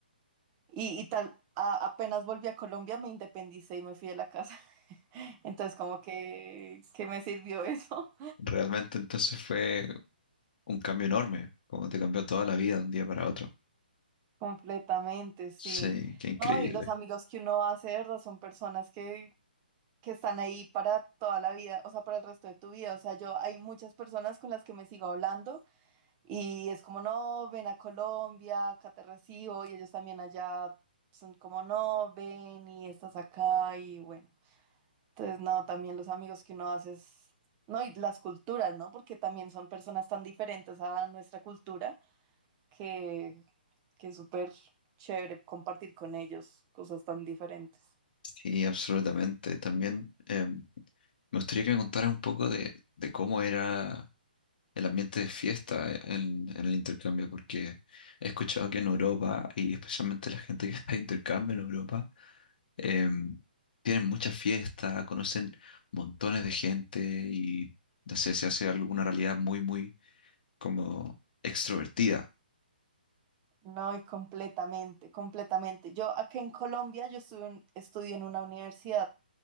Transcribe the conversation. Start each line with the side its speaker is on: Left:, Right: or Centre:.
Right: Y, y tal, a- apenas volví a Colombia, me independicé y me fui de la casa. <laughs> Entonces, como que, que me sirvió eso
Left: Realmente entonces fue un cambio enorme, como te cambió toda la vida de un día para otro.
Right: <laughs> completamente, sí.
Left: Sí, qué increíble.
Right: No, y los amigos que uno hace, de ¿verdad? Son personas que, que están ahí para toda la vida, o sea, para el resto de tu vida. O sea, yo hay muchas personas con las que me sigo hablando Y es como, no, ven a Colombia, acá te recibo, y ellos también allá son como, no, ven y estás acá, y bueno. Entonces, no, también los amigos que uno hace es, no, y las culturas, ¿no? Porque también son personas tan diferentes a nuestra cultura que, que es súper chévere compartir con ellos cosas tan diferentes.
Left: Sí, absolutamente. También em, me gustaría que me contaras un poco de, de cómo era el ambiente de fiesta en, en el intercambio, porque he escuchado que en Europa, y especialmente la gente que <laughs> está de intercambio en Europa, em, tienen muchas fiestas, conocen montones de gente y, no sé, se hace alguna realidad muy, muy como extrovertida.
Right: No, y completamente, completamente. Yo acá en Colombia, yo estuve en- estudio en una universidad